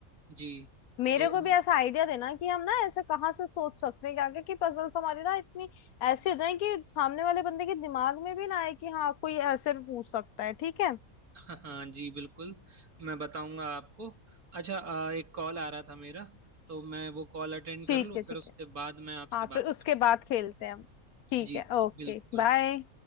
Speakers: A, on the right; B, on the left.
A: जी
B: मेरे
A: तो
B: को भी ऐसा आइडिया देना कि हम ना ऐसे कहाँ से सोच सकते हैं कि आगे की पजल्स हमारी ना इतनी ऐसी हो जाए कि सामने वाले बंदे के दिमाग में भी ना आए कि हाँ कोई ऐसे भी पूछ सकता है ठीक है
A: हाँ जी बिल्कुल मैं बताऊंगा आपको अच्छा आ, एक कॉल आ रहा था मेरा तो मैं वो कॉल अटेंड
B: ठीक
A: कर लूँ
B: है ठीक
A: फिर उसके
B: है
A: बाद मैं आपसे
B: हाँ
A: बात
B: फिर उसके
A: करता
B: बाद
A: हूँ
B: खेलते हैं हम ठीक
A: जी
B: है Okay
A: बिल्कुल
B: bye